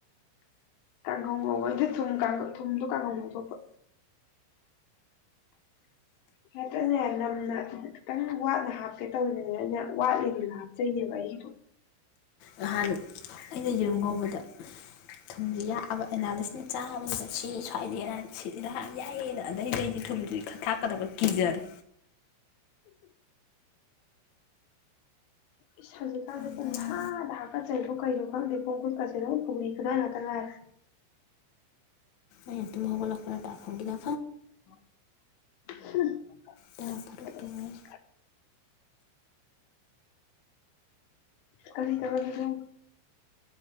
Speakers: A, on the left (about 75°); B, on the left (about 55°).
A: ꯀꯥꯡꯈꯧ ꯉꯧꯕ ꯊꯨꯝꯧ ꯊꯨꯝꯗꯣ ꯀꯥꯡꯈꯧ ꯉꯧꯗꯣꯛꯄ ꯉꯇꯅꯦ ꯅꯝꯅ ꯈꯤꯇꯪ ꯋꯥꯠꯅ ꯍꯥꯞꯀꯦ ꯇꯧꯔꯤꯅꯤꯅꯦ ꯑꯩꯅ ꯋꯥꯠꯂꯤꯅꯤꯅ ꯍꯥꯞꯆꯩꯅꯦꯕ ꯑꯩꯒꯤꯗꯣ
B: ꯅꯍꯥꯟ ꯑꯩꯅ ꯌꯦꯔꯨꯝ ꯀꯧꯕꯗ ꯊꯨꯝꯁ ꯌꯥꯛꯑꯕ ꯑꯦꯅꯥꯂꯤꯁꯅ ꯆꯥꯕꯁꯤꯗ ꯁꯤ ꯁ꯭ꯋꯥꯏꯗꯦꯅ ꯍꯥꯏꯔ ꯁꯤꯍꯥꯛ ꯌꯥꯏꯌꯦꯅ ꯑꯗꯩꯗꯩꯗꯤ ꯊꯨꯝꯁꯤ ꯊꯥꯛꯀꯗꯕ ꯀꯤꯖꯔꯦ
A: ꯏꯁ ꯍꯧꯖꯤꯛꯀꯥꯟꯁꯦ
B: ꯑꯩꯅ
A: ꯄꯨꯡꯍꯥꯗ ꯍꯥꯞꯀꯠꯆꯩꯗꯣ ꯀꯩꯅꯣ ꯈꯪꯗꯦ ꯄꯣꯡ ꯈꯨꯠꯀꯁꯤ ꯂꯣ ꯄꯨꯔꯤ ꯈꯨꯗꯥꯥꯏ ꯉꯥꯛꯇ ꯉꯥꯏꯔꯦ
B: ꯑꯦ ꯇꯨꯝꯣꯒꯣꯛꯂꯥꯛ ꯐꯣꯡꯒꯗ
A: <inaudible>
B: ꯇꯥ ꯐꯔꯛ ꯇꯨꯡꯉꯥꯏ
A: ꯀꯔꯤ ꯇꯔꯕꯤꯗ